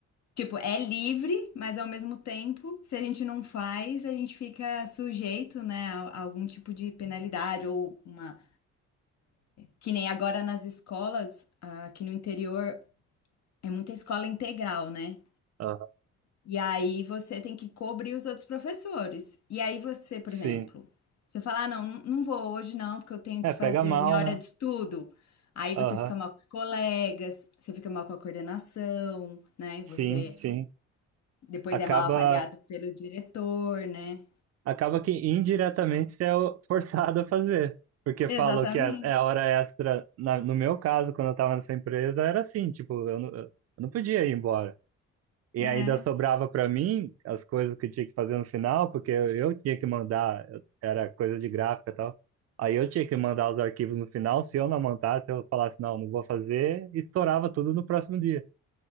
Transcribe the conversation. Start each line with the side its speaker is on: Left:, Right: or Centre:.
Left: Tipo, é livre, mas ao mesmo tempo, se a gente não faz, a gente fica sujeito, né, a, a algum tipo de penalidade ou uma. Que nem agora nas escolas, ah, aqui no interior, é muita escola integral, né?
Right: Aham,
Left: E aí você tem que cobrir os outros professores. E aí você, por
Right: sim.
Left: exemplo, você fala, ah, não, não não vou hoje não, porque eu tenho
Right: É,
Left: que fazer
Right: pega mal,
Left: minha hora
Right: né?
Left: de estudo. Aí
Right: Aham.
Left: você fica mal com os colegas, você fica mal com a coordenação, né? Você
Right: Sim, sim.
Left: Depois
Right: Acaba,
Left: é mal avaliado pelo diretor, né?
Right: acaba que indiretamente você é o- <laughs> forçado a fazer. Porque
Left: Exatamente.
Right: falam que é, é hora extra. Na- no meu caso, quando eu estava nessa empresa, era assim, tipo, eu não, eu não podia ir embora. E
Left: É.
Right: ainda sobrava para mim as coisas que eu tinha que fazer no final, porque eu, eu tinha que mandar, eu- era coisa de gráfica e tal. Aí eu tinha que mandar os arquivos no final, se eu não mandasse, eu falasse, não, não vou fazer, e estourava tudo no próximo dia.